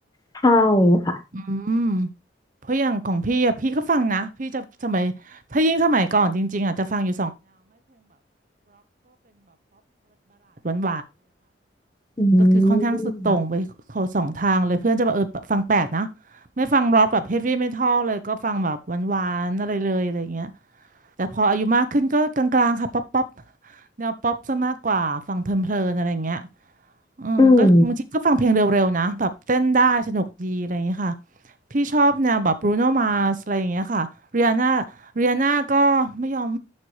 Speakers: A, on the left; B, on the right.
A: ใช่ค่ะ
B: อืมเพราะอย่างของพี่อะพี่ก็ฟังนะพี่จะสมัยถ้ายิ่งสมัยก่อนจริ
A: อืม
B: ก็คือค่อนข้างสุดโต่งไปขสองทางเลยเพื่อนจะแบบเออฟังแปลกนะไม่ฟังร็อกแบบเฮฟวี่เมทัลเลยก็ฟังแบบหวานๆอะไรเลยอะไรเงี้ยแต่พออายุมากขึ้นก็กลางๆค่ะป๊อปป๊อปแนวป๊อปซะมากกว่าฟังเพลินๆอะไรเงี้ยเอืก็บางทีก็ฟังเพลงเร็วๆนะแบบเต้นได้สนุกดีอะไรเงี้ยค่ะ
A: อืม
B: พี่ชอบแนวแบบบรูโนมาสอะไรอย่างเงี้ยค่ะเรียนาเรียนาก็ไม่ยอม